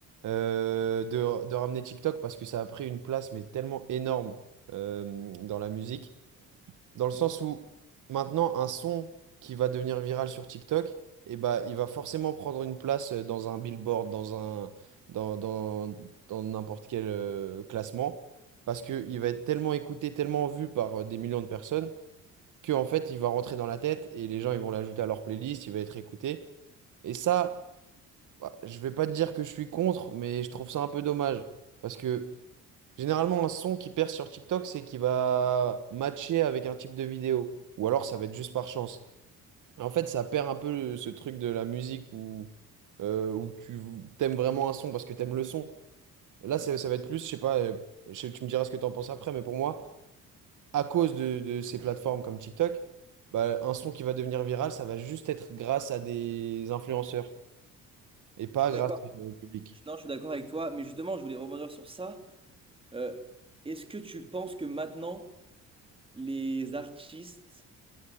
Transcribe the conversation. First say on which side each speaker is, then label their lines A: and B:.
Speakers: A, on the right; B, on the right.
A: euh, de, de ramener TikTok parce que ça a pris une place mais tellement énorme euh, dans la musique, dans le sens où maintenant un son qui va devenir viral sur TikTok, et bah, il va forcément prendre une place euh, dans un billboard, dans un, dans, dans, dans n'importe quel euh, classement, parce qu'il va être tellement écouté, tellement vu par euh, des millions de personnes que en fait il va rentrer dans la tête et les gens ils vont l'ajouter à leur playlist, il va être écouté. Et ça, bah, je vais pas te dire que je suis contre, mais je trouve ça un peu dommage parce que généralement un son qui perce sur TikTok, c'est qu'il va matcher avec un type de vidéo ou alors ça va être juste par chance. Et En fait, ça perd un peu le- ce truc de la musique où, euh, où tu t'aimes vraiment un son parce que t'aimes le son. Et là, ça, ça va être plus, je sais pas, euh, je sais- tu me diras ce que t'en penses après, mais pour moi à cause de, de ces plateformes comme TikTok, bah, un son qui va devenir viral, ça va juste être grâce à des influenceurs et pas
B: Je suis
A: grâce
B: d'accord.
A: au public.
B: Je- Non, je suis d'accord avec toi, mais justement, je voulais rebondir sur ça. Euh, est-ce que tu penses que maintenant, les artistes,